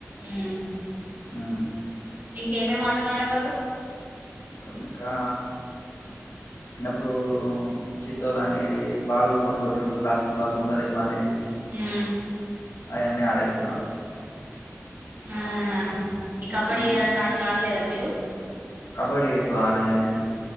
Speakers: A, on the right; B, on the left.
A: ఉమ్మ్
B: ఉమ్మ్
A: ఇంకా ఏం ఏం ఆటలాడేవాళ్ళు
B: ఇంకా చిన్నప్పుడూ చితోలు అనేది, బాల్ తోన గొట్టుడు ప్లాస్టిక్ బాల్ దొంగ దెబ్బ అనేది
A: ఉమ్
B: అయన్నీ అడేటోళ్ళం
A: ఆహా ఈ కబడ్డీ
B: ఉమ్,
A: ఇలాంటి ఆటలు ఆడలేదా మీరు
B: కబడ్డీ ఎక్కువ ఆడలే నేను,